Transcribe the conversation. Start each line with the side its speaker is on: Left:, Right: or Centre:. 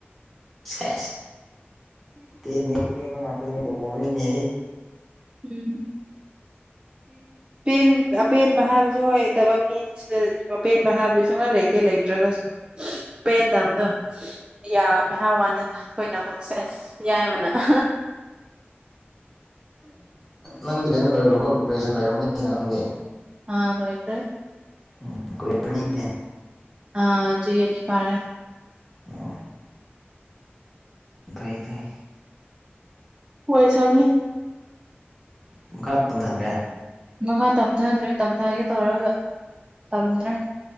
Centre: ꯀ ꯀꯩꯅꯣ ꯉꯅꯥꯇꯅ ꯀꯝ ꯅ
Right: ꯎꯝ ꯑꯦꯟ ꯑꯄꯦꯟꯕ ꯍꯥꯏꯕꯁꯨ ꯍꯣꯏ ꯊꯕꯛ ꯃꯤꯁꯤꯗ ꯑꯄꯦꯟꯕ ꯍꯥꯏꯕꯗꯤ ꯁꯨꯡꯍꯥꯏ ꯂꯩꯇꯦ ꯂꯩꯇ꯭ꯔꯒꯁꯨ ꯄꯦꯟꯗꯕꯗꯣ ꯌꯥꯝꯃꯦ ꯍꯥꯏ ꯋꯥꯅꯤꯅ ꯑꯩꯈꯣꯏꯅꯃꯛꯁꯦ ꯑꯁ ꯌꯥꯏꯕꯅ ꯑ
Centre: ꯅꯪꯗꯤ ꯀꯩꯅ ꯂꯣꯏ ꯁꯟ ꯂꯩꯔꯕꯝꯅꯤ ꯅꯪꯗꯤ
Right: ꯑꯥ ꯑꯗꯣ ꯑꯩꯇ꯭ꯔꯦ
Centre: ꯎꯝ ꯀ ꯀꯅꯤꯅꯦ
Right: ꯑꯥ ꯇ ꯌꯦꯅꯤ ꯄꯥꯔꯦ
Centre: ꯑ ꯐꯩ ꯐꯩ
Right: ꯋꯥꯏꯁꯒꯅꯤ
Centre: ꯃꯈꯥ ꯇꯟꯊꯗ꯭ꯔꯦ
Right: ꯃꯈꯥ ꯇꯝꯊꯗ꯭ꯔꯦ ꯇꯝꯊꯒꯦ ꯇꯧꯔꯒ ꯇꯝꯗ꯭ꯔꯦ